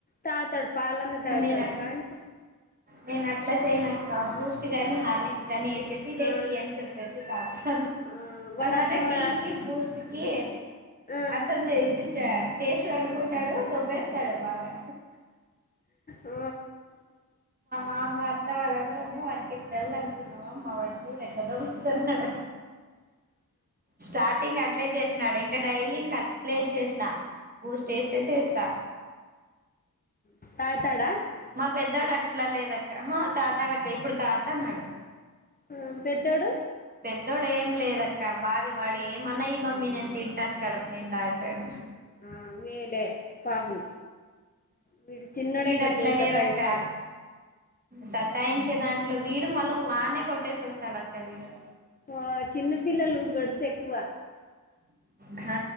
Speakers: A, on the left; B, on the right.
A: తాగుతాడు పాలన్న తాగుతాడు
B: నేను
A: కానీ
B: నేను అట్లా చేయనక్క బూస్ట్ గాని హార్లిక్స్ గాని వేసేసి ఇదే
A: ఆ
B: టి అని చెప్పేసి తాగు తా
A: ఆ వాడు
B: మన
A: అర్థం
B: టీకి
A: ఆ
B: బూస్ట్ కి
A: ఆ
B: అతం <inaudible> టేస్ట్ అనుకుంటాడు దొ వేస్తాడు బాగా
A: ఆ
B: మామ్మ అత్త వాళ్ళందరమ్మ వాారికి తెల్దనుకున్నావామ్ మా వాడు చూ ఎలా దోస్తున్నారు స్టార్టింగ్ అట్లే చేసినాడు ఇంకా డైలీ ఇంకా అట్లే చేసిన బూస్ట్ ఏసేసి ఎస్తా
A: ఆ తాగుతాడా
B: మా పెద్దోడు అట్లా లేదక్క తాగుతాడు అక్కా ఇప్పుడు తాగుతా అన్నాడు
A: హ్మ్ పెద్దోడు
B: పెద్దొడు ఏం లేదక్క బాగా వాడు ఏమన్నా ఈ మమ్మీ నేను తింటాను కడుపు నిండా అంటాడు
A: ఆ వీడే పాపం వీడు చినోడే
B: వీడు
A: కొంచెం
B: అట్లా
A: సత్తాయిస్తాడు
B: లేదక్క సతాయించే దాంట్లో వీడు మళ్ళా వానే కొట్టేసి వస్తాడు అక్క వీడు
A: ఆ చిన్న పిల్లలు గడ్స్ ఎక్కువ
B: <inaudible>